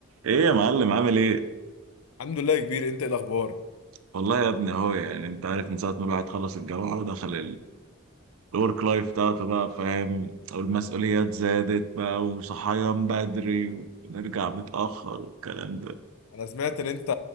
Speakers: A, on the right; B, on the left.
A: ايه يا معلم عامل ايه؟
B: الحمد لله يا كبير انت ايه الاخبار
A: والله يا ابني اهو يعني انت عارف من ساعة ما الواحد خلص الجامعة ودخل الورك لايف بتاعته بقى فاهم والمسؤوليات زادت بقى وصحيان بدري ونرجع متأخر والكلام ده
B: انا سمعت ان انت